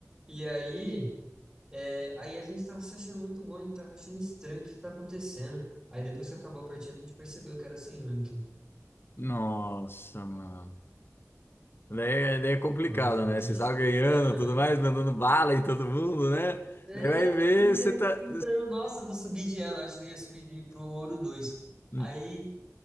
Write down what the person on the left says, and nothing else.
Nossa, mano. Daí, é daí é complicado,
né?
Vocês estavam ganhando,
tudo mais, mandando bala em todo mundo, né?
Daí vai ver,
você
tá.
Hum,